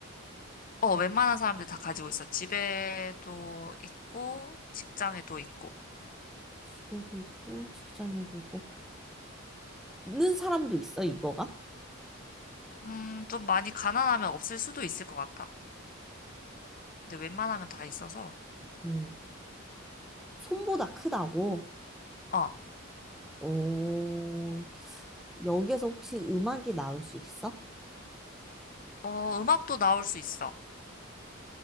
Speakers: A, on the left; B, in the centre.
A: 어, 웬만한 사람들 다 가지고 있어. 집에도 있고, 직장에도 있고.
B: 집에도 있고, 직장에도 있고, 없는 사람도 있어, 이거가?
A: 음, 좀 많이 가난하면 없을 수도 있을 것 같아. 근데 웬만하면 다 있어서.
B: 음, 손보다 크다고?
A: 어,
B: 어, 여기에서 혹시 음악이 나올 수 있어?
A: 어, 음악도 나올 수 있어.